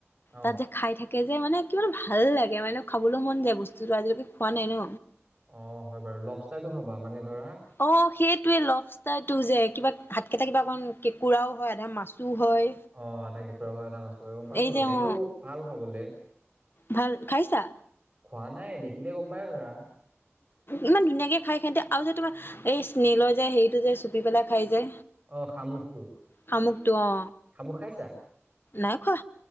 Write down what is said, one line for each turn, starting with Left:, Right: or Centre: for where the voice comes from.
Right: অ
Left: তাত যে খাই থাক কে যে মানে কিমান ভাল লাগে মানে খাবলৈ মন যায় বস্তুটো আজিলৈকে খোৱা নাই ন
Right: অ হয় বাৰু লভষ্টাৰটো খাবা মানে ধৰা
Left: অ সেই এইটো লভ্ষ্টাটো যে কিবা হাতকেইটা কিবা অকণ কেঁকুৰাও হয় আধা মাছো হয়
Right: অ আধা কেঁকুৰা হয় আধা মাছো গম পাইছো
Left: এই
Right: বাৰু
Left: যে
Right: সেইটো
Left: অ
Right: ভাল খাবলে
Left: ভাল খাইছা
Right: খোৱা নাই দেখিলে গম পায় ধৰা
Left: ইমান ধুনীয়াকে খাই হেতে আৰু যে তোমাৰ এই স্নেলৰ যে হেৰিটো যে চুপি পেলাই খাই যে
Right: অ শামুকটো
Left: শামুকটো অ
Right: শামুক খাইছা
Left: নাই খোৱা